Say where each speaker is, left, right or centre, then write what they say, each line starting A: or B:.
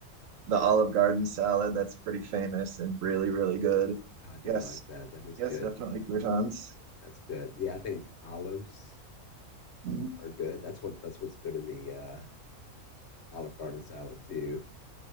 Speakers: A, on the right; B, on the left.
A: the Olive Garden salad that's pretty famous and really, really good.
B: I do
A: Yes,
B: like that. That is
A: yes,
B: good.
A: definitely croutons,
B: That's good. Yeah, I think olives
A: Mm,
B: are good. That's what that's what's good in the uh, Olive Garden salad too.